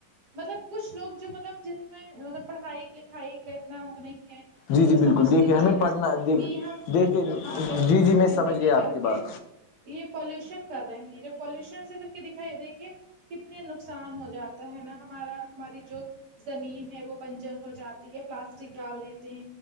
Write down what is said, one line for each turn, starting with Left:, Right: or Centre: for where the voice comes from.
Right: مطلب کچھ لوگ جو مطلب جن میں مطلب پڑھائی لکھائی کا اتنا وہ نہیں ہے
Left: جی
Right: تو لوگ
Left: جی بالکل
Right: سمجھتے
Left: دیکھیے
Right: نہیں
Left: ہمیں
Right: ہے
Left: پڑھنا
Right: نا
Left: دیکھ
Right: کی ہم
Left: دیکھیے
Right: ہاں گند
Left: جی جی میں
Right: گندگی
Left: سمجھ گیا آپ
Right: کر
Left: کی
Right: کے
Left: بات
Right: یہ پولوشن کر رہے ہیں جو پولوشن سے پھر دکھائی دیکھیے کتنے نقصان ہو جاتا ہے نا ہمارا ہماری جو زمین ہے وہ بنجر ہو جاتی ہے پلاسٹک ڈال دی